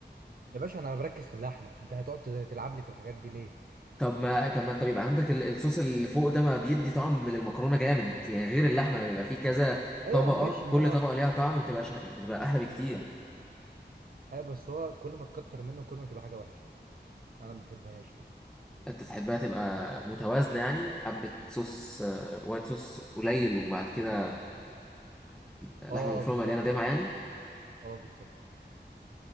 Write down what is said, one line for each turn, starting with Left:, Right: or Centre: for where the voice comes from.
Right: يا باشا انا بركز في اللحمه انت هتقعد ت- تلعب لي في الحاجات دي ليه
Centre: طب ما طب ما انت بيبقى عندك ال- الصوص اللي فوق ده ما بيدي طعم للمكرونه جامد يعني غير اللحمه لما بيبقى فيه كذا
Right: ايوه
Centre: طبقه
Right: ماشي
Centre: كل
Right: ما هو
Centre: طبقه ليها طعم بتبقى ش... بتبقى احلى بكتير
Right: ايوه بس هو كل ما تكتر منه كل ما تبقى حاجه وحشه انا ما بحبهاش كده
Centre: انت تحبها تبقى متوازنه يعني حبه صوص آه، وايت صوص قليل وبعد كده اللحمه
Right: اه
Centre: المفرومه
Right: بالظبط
Centre: مليانه دمعه
Right: اه
Centre: يعني
Right: اه بالظبط